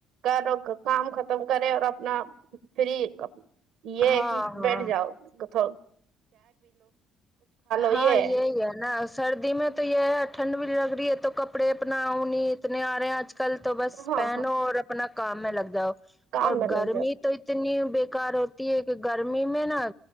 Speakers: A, on the right; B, in the centre.
A: کر کام ختم کرے اور اپنا فری یہ
B: ہاں
A: ہے کہ
B: ہاں
A: بیٹھ جاؤ کت یہ
B: ہاں یہی ہے نا سردی میں تو یہ ہے ٹھنڈ بھی لگ رہی ہے تو کپڑے اپناؤنی اتنے آ رہے کل تو بس
A: ہاں
B: پہنو
A: ہاں
B: اور اپنا کام میں لگ جاؤ
A: کام
B: اور
A: میں
B: گرمی
A: لگ جاؤ
B: تو اتنی بیکار ہوتی ہے کہ گرمی میں نا